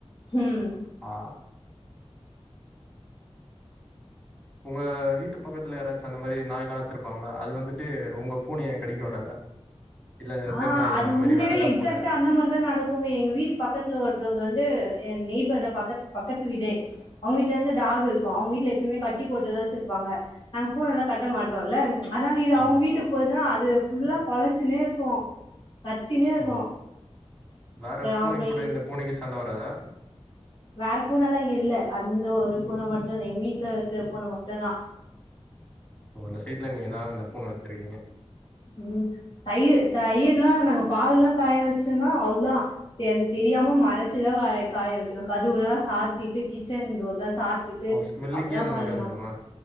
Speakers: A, on the left; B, on the left.
A: ம்
B: ஆ உங்க வீட்டு பக்கத்துல யாராச்சு அந்த மாரி நாய்லா வச்சிருப்பாங்களா அது வந்துட்டு உங்க பூனைய கடிக்க வராதா இல்ல
A: ஆ
B: தெருநாய்
A: அது
B: அந்த
A: உண்மையிலே
B: மாரி வேற ஏதா
A: எக்ஃசாக்ட்டா
B: பூன
A: அந்த மாரிதா நடக்குமே எங்க வீட்டு பக்கத்துல ஒருத்தவங்க வந்து ஏ நெய்பர் தா பக்கத்து பக்கத்து வீடே அவுங்க வீட்ல வந்து டாகு இருக்கும் அவுங்க வீட்ல எப்பயுமே கட்டி போட்டுதா வச்சிருப்பாங்க நாங்க பூனலா கட்ட மாட்டோன் இல்ல அதனால இது
B: ஆமா
A: அவுங்க வீட்டுக்கு
B: ஆமா
A: போய்ச்சின்னா அது ஃபுல்லா கொலைச்சினே இருக் கும் கத்தினே இருக்கோ
B: ஓ வேற
A: ஆ
B: பூனைக்கு
A: அப்புறோ
B: கூட இந்த பூனைக்கு சண்ட வராதா
A: வேற பூனலா இல்ல அந்த ஒரு பூன மட்டுதா எங்க வீட்ல இருக்கிற பூன மட்டுதா
B: ஓ அந்த சைட்ல நீங்க தா அந்த பூன வச்சிருக்கீங்க
A: ம் தயிர் தயிர்லா நாங்க பால்லா காய வச்சோன்னா அவ்ளோதா தெ தெரியாம மறைச்சிதா காய காய வைக்கணு கதுவுல சாத்திட்டு கிச்சன் டோர்லா சாத்திட்டு
B: ஓ ஸ்மெல்லுக்கே
A: அப்டிதா
B: அந்த
A: பண்ணோ
B: மாரி வந்துருமா